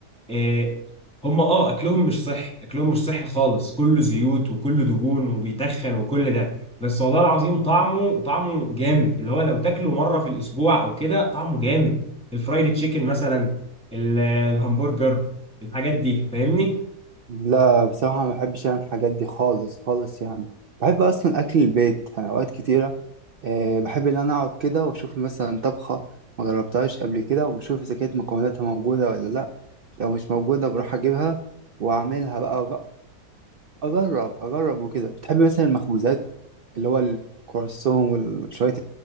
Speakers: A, in the centre; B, on the right.
A: إيه هم اه اكلهم مش صحي اكلهم مش صحي خالص كله زيوت وكله دهون وبيتخن وكل ده بس والله العظيم طعمه طعمه جامد اللي هو لو تاكله مره في الاسبوع او كده طعمه جامد الفرايد تشيكن مثلا ال- الهمبرجر الحاجات دي فاهمني
B: لا بصراحة ما بحبش يعني الحاجات دي خالص خالص يعني بحب أصلا أكل البيت أنا أوقات كتيرة أه بحب إن أنا أقعد كده وأشوف مثلا طبخة ما جربتهاش قبل كده وبشوف إذا كانت مكوناتها موجودة ولا لأ لو مش موجودة بروح أجيبها وأعملها بقى اجرب اجرب وكده بتحبي مثلا المخبوزات اللي هو الكرواسون وشويه